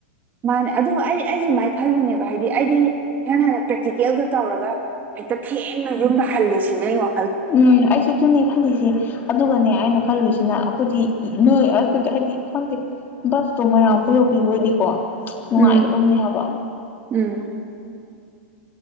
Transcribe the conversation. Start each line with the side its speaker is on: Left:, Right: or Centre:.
Right: ꯃꯥꯅꯦ ꯑꯗꯨ ꯑꯩ ꯑꯩꯁꯨꯃꯥꯏꯅ ꯈꯜꯂꯤꯅꯦꯕ ꯍꯥꯏꯗꯤ ꯑꯩꯗꯤ ꯏꯍꯥꯟ ꯍꯥꯟꯅ ꯄ꯭ꯔꯦꯛꯇꯤꯀꯦꯜꯒ ꯇꯧꯔꯒ ꯍꯦꯛꯇ ꯊꯦꯡꯅ ꯌꯨꯝꯗ ꯍꯜꯂꯦ ꯁꯤꯅꯦ ꯑꯩꯉꯣ
Left: ꯎꯝ ꯑꯩꯁꯨ ꯇꯨꯅꯦ ꯈꯜꯂꯤꯁꯦ ꯑꯗꯨꯒꯅꯦ ꯑꯩꯅ ꯥ ꯈꯜꯂꯨꯁꯤꯅ ꯑꯩꯈꯣꯏꯗꯤ ꯅꯣꯏ ꯑꯩꯣꯏꯗꯤ ꯍꯥꯏꯗꯤ ꯈꯪꯗꯦ ꯕꯁꯇꯣ ꯃꯌꯥꯝ ꯈꯨꯗꯣꯛꯄꯤꯕ ꯑꯣꯏꯗꯤꯀꯣ ꯅꯨꯡꯉꯥꯏꯒꯗꯕꯅꯦ
Right: ꯎꯝ
Left: ꯍꯥꯏꯕ
Right: ꯎꯝ